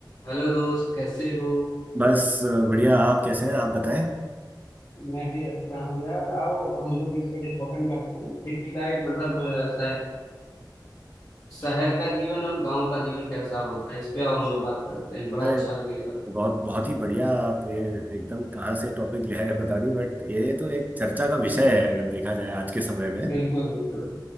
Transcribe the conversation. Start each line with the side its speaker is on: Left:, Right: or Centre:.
Left: Hello दोस्त कैसे हो
Right: बस बढ़िया आप कैसे हैं आप बताएं
Left: मैं भी अच्छा हूँ यार आओ हम लोग इस पे डिस्कशन करते हैं सिटी लाइफ मतलब अ, शहर शहर का जीवन और गांव का जीवन कैसा होता है इस पे आओ हम लोग बात करते हैं बड़ा
Right: अरे
Left: अच्छा लगेगा
Right: बहुत बहुत ही बढ़िया आप ये एकदम कहाँ से टॉपिक ले आए बता दी बट ये तो एक चर्चा का विषय है अगर देखा जाए आज के समय में
Left: बिल्कुल बिल्कुल